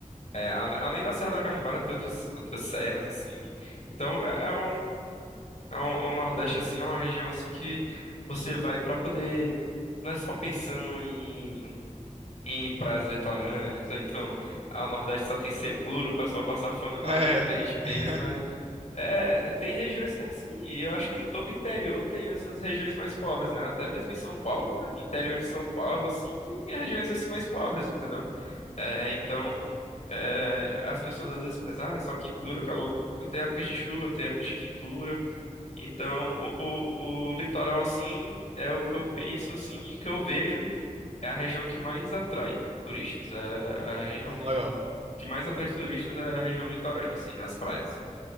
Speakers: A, on the left; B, on the right.
A: É, ale- além da Serra da Capivara, tem outras, outras serras, assim. Então, é é um, é um, um Nordeste, assim, é uma região, assim, que você vai para poder... Não é só pensando em, em praias litorâneas, ou então, ah, o Nordeste só tem secura, o pessoal passa fome lá,
B: É.
A: que muita gente pensa,
B: <laughs>
A: mas é, tem regiões que é assim, e eu acho que em todo o interior tem essas regiões mais pobres, né? Até mesmo em São Paulo, né? interior de São Paulo, assim, tem regiões assim mais pobres, entendeu? É, então, é, as pessoas às vezes pensam, ah, é só quintura, calor. Tem épocas de chuva, tem épocas de quintura. Então, o, o, o litoral, assim, é o que eu penso, assim, e que eu vejo é a região que mais atrai turistas. É a região
B: Hum, legal,
A: que mais atrai turistas é a região litorânea, assim, as praias.